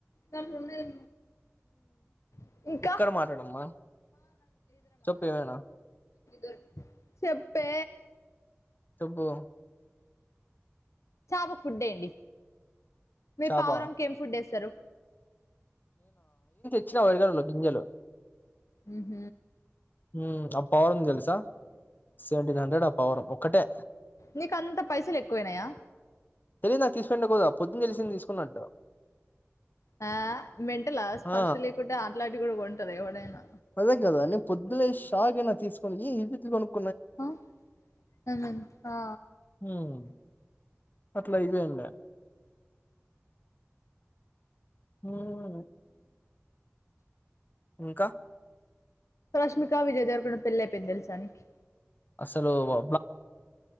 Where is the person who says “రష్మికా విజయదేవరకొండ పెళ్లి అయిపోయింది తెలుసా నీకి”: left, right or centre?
Left